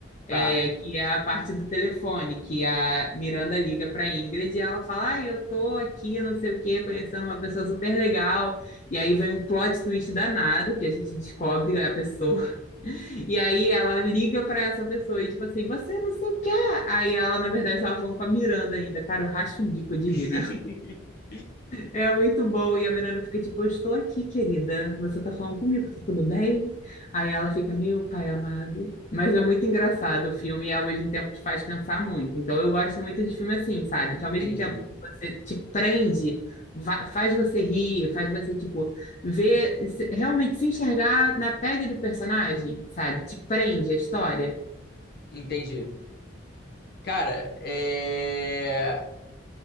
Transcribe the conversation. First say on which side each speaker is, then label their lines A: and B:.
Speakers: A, on the left; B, on the left.
A: Tá.
B: É, que é a parte do telefone, que a Miranda liga para Ingrid e ela fala: Ai, eu tô aqui, não sei o quê, conhecendo uma pessoa super legal. E aí vem um plot twist danado, que a gente descobre a pessoa. E aí ela liga pra essa pessoa e tipo assim, você não sei o que Aí ela, na verdade, tava falando com a Miranda ainda. Cara, eu racho o bico de
A: <laughs>
B: rir, né? É muito bom. E a Miranda fica tipo, eu estou aqui, querida. Você tá falando comigo, tá tudo bem? Aí ela fica, meu pai amado. Mas é muito engraçado o filme e ao mesmo tempo te faz pensar muito. Então eu gosto muito de filme assim, sabe? Que
A: Entendi,
B: ao mesmo tempo que você te prende, va- faz você rir, faz você, tipo, ver, se- realmente se enxergar na pele do personagem, sabe? Te prende a história.
A: entendi. Cara, é...